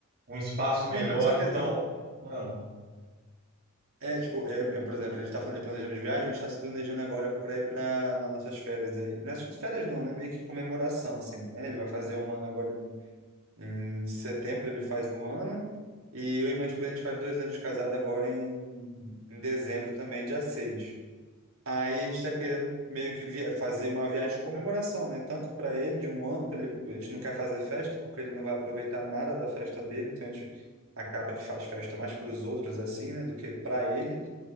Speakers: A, on the right; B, on the right.
A: um espaço melhor.
B: Sim, só que
A: Então,
B: assim,
A: não,
B: É, tipo, é, é, por exemplo, a gente tá falando de planejamento de viagem, a gente tá se planejando agora para ir para nas nossas férias aí. Não é só férias não, né? Meio que comemoração, assim, né? Ele vai fazer um ano agora em, em setembro, ele faz um ano. E eu e minha esposa, a gente faz dois anos de casado agora em, em dezembro também, dia 6. Aí a gente tá querendo meio que via- fazer uma viagem de comemoração, né? Tanto para ele, de um ano, pra ele, a gente não quer fazer festa, porque ele não vai aproveitar nada da festa dele, então a gente acaba que faz festa mais para os outros, assim, né? Do que para ele.